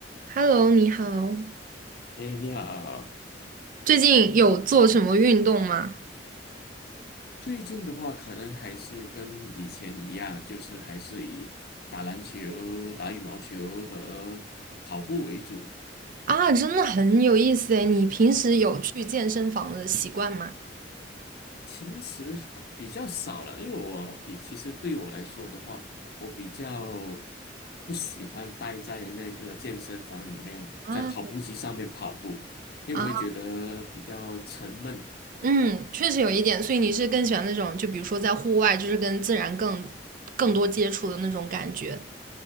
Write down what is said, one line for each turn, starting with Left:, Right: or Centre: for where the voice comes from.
Right: Hello，你好，
Left: 哎，你好。
Right: 最近有做什么运动吗？
Left: 最近的话，可能还是跟以前一样，就是还是以打篮球、打羽毛球和跑步为主。
Right: 啊，真的很有意思诶，你平时有去健身房的习惯吗？
Left: 平时还比较少了，因为我比其实对我来说的话，我比较不喜欢待在那个健身房里面，
Right: 啊
Left: 在跑步机上面跑步，因为我会觉得比较沉闷。
Right: 啊，嗯，确实有一点，所以你是更喜欢那种，就比如说在户外，就是跟自然更更多接触的那种感觉